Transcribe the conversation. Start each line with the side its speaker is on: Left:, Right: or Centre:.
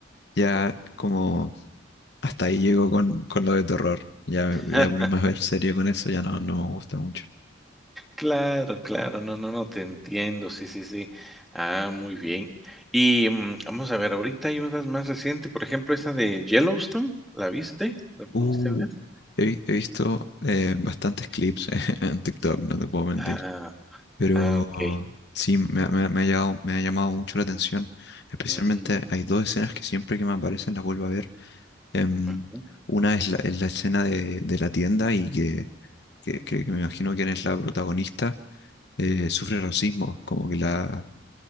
Left: ya como hasta ahí llego con, con lo de terror. Ya voy
Centre: <laughs>
Left: a ponerme a ver serio con eso, ya no, no me gusta mucho.
Centre: Claro, claro, no, no, no, te entiendo, sí, sí, sí. Ah, muy bien. Y mm, vamos a ver, ahorita hay unas más recientes, por ejemplo, esa de Yellowstone, ¿la viste? ¿La pudiste
Left: Uh,
Centre: ver?
Left: he, vi- he visto eh, bastantes clips <laughs> en TikTok, no te puedo mentir.
Centre: Ah,
Left: Pero
Centre: ah, ok.
Left: sí, me, ha- me, ha me ha llamado, me ha llamado mucho la atención. Especialmente
Centre: Mm,
Left: hay dos escenas que siempre que me aparecen las vuelvo a ver. Em,
Centre: ujú,
Left: una es la, es la escena de, de la tienda y que, que, que que me imagino quién es la protagonista eh, sufre racismo, como que la,